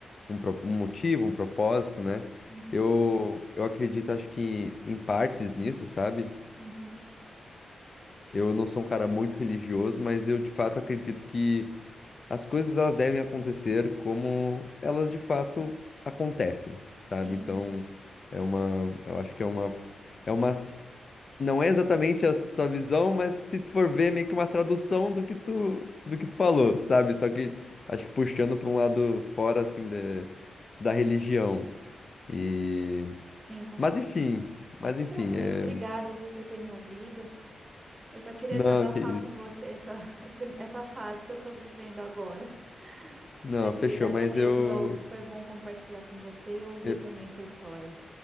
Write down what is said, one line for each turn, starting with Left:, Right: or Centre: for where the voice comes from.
Left: um, pro- um motivo, um propósito, né?
Right: Uhum,
Left: Eu, eu acredito, acho que em partes nisso, sabe?
Right: uhum.
Left: Eu não sou um cara muito religioso, mas eu de fato acredito que as coisas elas devem acontecer como elas de fato acontecem, sabe?
Right: Sim,
Left: Então, é uma, eu acho que é uma, é uma, s- não é exatamente a tua visão, mas se tu for ver, é meio que uma tradução do que tu, do que tu falou, sabe? Só que acho que puxando para um lado fora assim da, da religião. E,
Right: sim, com
Left: mas
Right: certeza.
Left: enfim, mas
Right: Mas
Left: enfim,
Right: tranquilo,
Left: é,
Right: obrigado, viu, por ter me ouvido. Eu só queria
Left: não,
Right: desabafar
Left: que isso.
Right: com você essa, <laughs> esse- essa fase que eu tô vivendo agora.
Left: Não,
Right: Mas obrigada
Left: fechou, mas
Right: mesmo,
Left: eu,
Right: eu- foi bom compartilhar com você e ouvir
Left: eu
Right: também sua história.